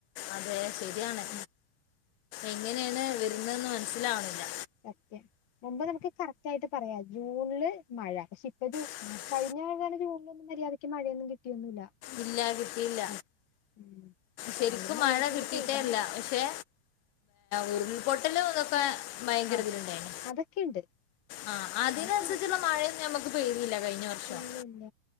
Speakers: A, on the left (about 85°); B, on the left (about 65°).
A: അതെ ശരിയാണ്
B: ഉം
A: എങ്ങനെയാണ് വരുന്നെതെന്ന് മനസ്സിലാവുന്നില്ല
B: സത്യം മുമ്പ് നമുക്ക് കറക്റ്റ് ആയിട്ട് പറയാം ജൂണില് മഴ പക്ഷെ ഇപ്പൊ ജൂ
A: <unintelligible>
B: കഴിഞ്ഞ മഴകാലം ജൂണിലൊന്നും മര്യാദയ്ക്ക് മഴയൊന്നും കിട്ടിയൊന്നുല്ല
A: ഇല്ല കിട്ടിയില്ല
B: ആഹ് ഉം ഇത്തവണെങ്കിലും
A: ശരിക്കും
B: മര്യാദക്ക്
A: മഴ കിട്ടീട്ടേല്ല
B: ഒന്ന് പെയ്താ മതി
A: പക്ഷെ ഉരുൾപൊട്ടലും ഇതൊക്കെ ഭയങ്കര
B: ആഹ്
A: ഇതിലുണ്ടായിന്
B: അതൊക്കെയുണ്ട്
A: ആഹ് അതിനനുസരിച്ചുള്ള
B: അതൊക്കെ ആവശ്യ
A: മഴയൊന്നും ഞമ്മക്ക് പെയ്തില്ല കഴിഞ്ഞ വർഷം
B: ഇല്ല ഇല്ല